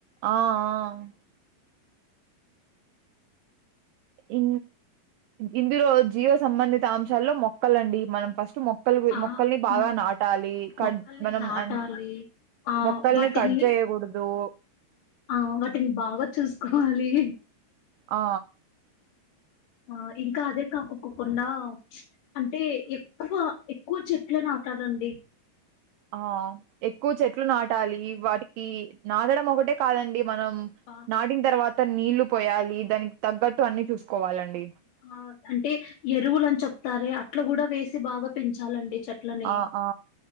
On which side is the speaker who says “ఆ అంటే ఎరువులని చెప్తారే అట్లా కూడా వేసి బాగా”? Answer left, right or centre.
Left